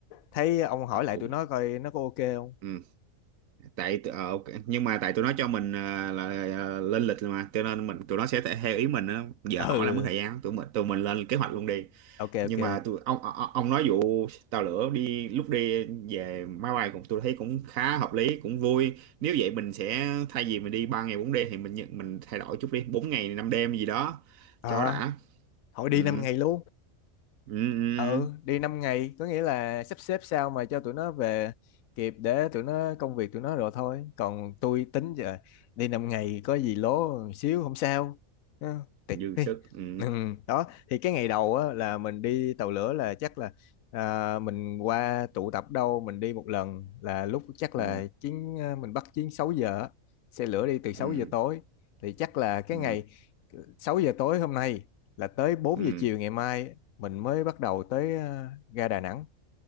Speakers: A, on the left; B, on the right.
A: thấy ông hỏi lại
B: cũng
A: tụi nó coi nó có ok không
B: ừ tại ờ, ok. nhưng mà tại tụi nó cho mình ờ, là ờ, lên lịch rồi mà cho nên mình tụi nó sẽ thể- theo ý mình á. giờ
A: ừ
B: hỏi là mất thời gian tụi mình tụi mình lên kế hoạch luôn đi
A: ok
B: nhưng
A: ok
B: mà tụi ông ông ông nói vụ tàu lửa đi lúc đi về máy bay cũng tôi thấy cũng khá hợp lý cũng vui nếu vậy mình sẽ thay vì mình đi ba ngày bốn đêm thì mình nhận- mình thay đổi chút đi bốn ngày năm đêm gì đó
A: Ờ
B: cho đã
A: Thôi
B: ừ
A: đi 5 ngày luôn.
B: ừ ừ
A: Ừ,
B: ừ.
A: đi 5 ngày, có nghĩa là sắp xếp sao mà cho tụi nó về kịp để tụi nó công việc tụi nó rồi thôi. Còn tôi tính giờ đi 5 ngày có gì lố một xíu không sao. Ừ, Tiệt
B: dư
A: đi.
B: sức ừ
A: Ừ, đó, thì cái ngày đầu á, là mình đi tàu lửa là chắc là à, mình qua tụ tập đâu mình đi một lần là lúc chắc là
B: ừ
A: chuyến à, mình bắt chuyến 6 giờ á. xe lửa đi từ sáu
B: ừ
A: giờ tối thì chắc là cái
B: ừ
A: ngày ờ, 6 giờ tối hôm nay là tới bốn
B: ừ
A: giờ chiều ngày mai mình mới bắt đầu tới ờ, ga Đà Nẵng